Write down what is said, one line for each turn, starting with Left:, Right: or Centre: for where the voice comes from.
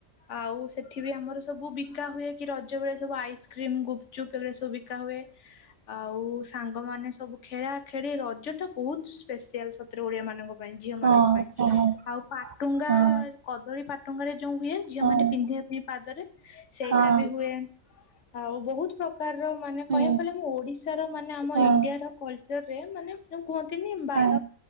Left: ଆଉ ସେଠି ବି ଆମର ସବୁ ବିକା ହୁଏ କି ରଜ ବେଳେ ସବୁ ଆଇସ୍କ୍ରିମ୍, ଗୁପଚୁପ୍ ଏଗୁରା ସବୁ ବିକା ହୁଏ। ହ। ଆଉ ସାଙ୍ଗମାନେ ସବୁ ଖେଳା ଖେଳି ରଜ ଟା ବହୁତ୍ ସ୍ପେସିଆଲ୍ ସତରେ ଓଡିଆ ମାନଙ୍କ ପାଇଁ ଝିଅ
Right: ହଁ
Left: ମାନଙ୍କ ପାଇଁ।
Right: ହଁ
Left: ଆଉ ପାଟୁଙ୍ଗା
Right: ହଁ
Left: କଦଳୀ ପାଟୁଙ୍ଗରେ ଯୋଉଁ ହୁଏ ଝିଅ
Right: ହଁ
Left: ମାନେ ପିନ୍ଧିବା ପାଇଁ ପାଦରେ। ସେଇଟା
Right: ହଁ
Left: ବି ହୁଏ, ଆଉ ବହୁତ୍ ପ୍ରକାରର ମା କହିବାକୁ
Right: ହୁଁ
Left: ଗଲେ ମୁଁ ଓଡିଶାର ମାନେ ଆମ
Right: ହଁ
Left: ଇଣ୍ଡିଆର କଲ୍ଚରରେ ମାନେ ଯୋଉ କୁହନ୍ତିନି ବାର।
Right: ହଁ